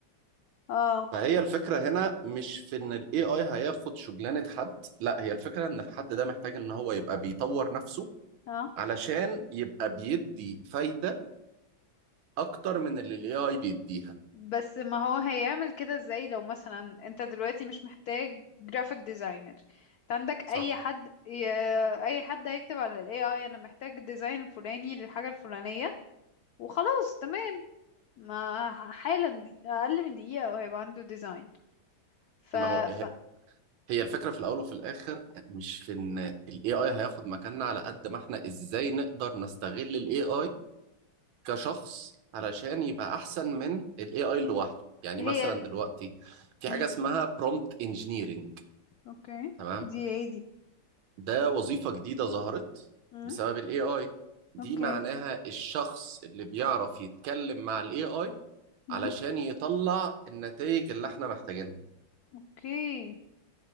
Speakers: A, on the left (about 85°); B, on the right (about 80°).
A: اه
B: فهي الفكرة هنا مش في ان ال AI هياخد شغلانة حد لا هي الفكرة ان الحد ده محتاج ان هو يبقى بيطور نفسه
A: اه
B: علشان يبقى بيدي فايدة اكتر من اللي ال AI بيديها
A: بس ما هو هيعمل كده ازاي لو مثلا انت دلوقتي مش محتاج جرافيك ديزاينر انت عندك
B: صح
A: اي حد ي... اي حد هيكتب على الاي اي انا محتاج ديزاين فلاني للحاجة الفلانية وخلاص تمام ما ح- حالا دي... اقل من دقيقة وهيبقى عنده ديزاين ف...
B: ما هو ه-
A: ف...
B: هي الفكرة في الاول وفي الاخر مش في ان ال AI هياخد مكاننا على قد ما احنا ازاي نقدر نستغل ال AI كشخص علشان يبقى احسن من ال AI لوحده يعني
A: هي
B: مثلا
A: ال...
B: دلوقتي في
A: مم.
B: حاجة اسمها prompt engineering
A: اوكي
B: تمام
A: دي ايه دي
B: ده وظيفة جديدة ظهرت
A: مم.
B: بسبب ال AI دي
A: اوكي
B: معناها الشخص اللي بيعرف يتكلم مع ال AI
A: مم.
B: علشان يطلع النتائج اللي احنا محتاجينها
A: اوكي